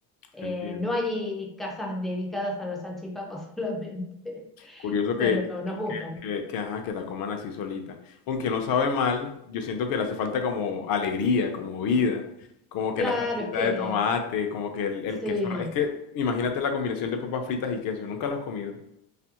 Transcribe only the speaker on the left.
entiendo.
Curioso que,
que,
que- que, que, ajá, que la coman así solita. Aunque no sabe mal, yo siento que le hace falta como alegría, como vida, como que
la salsita
de tomate, como que el, el
queso. Es que imagínate la combinación de papas fritas y queso, nunca las has comido.